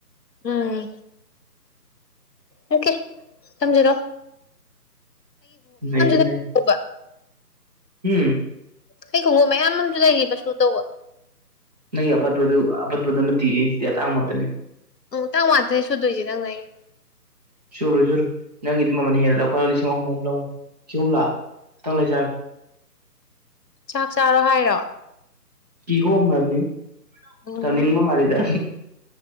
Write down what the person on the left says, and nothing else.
ꯎꯝ ꯑꯣꯀꯦ ꯊꯝꯖꯔꯣ
ꯂꯩꯕ
ꯑꯩꯩ ꯈꯣꯡꯉꯨꯞ ꯃꯌꯥꯝ ꯑꯃꯁꯨ ꯂꯩꯔꯤꯕ ꯁꯨ ꯇꯧꯕ
ꯎꯝ ꯇꯥꯡ ꯋꯥꯊꯩ ꯁꯨꯗꯣꯏꯁꯦ ꯅꯪꯅ ꯑꯩꯒꯤ
ꯆꯥꯛ ꯆꯥꯔꯣ ꯍꯥꯏꯔꯣ
ꯎꯝ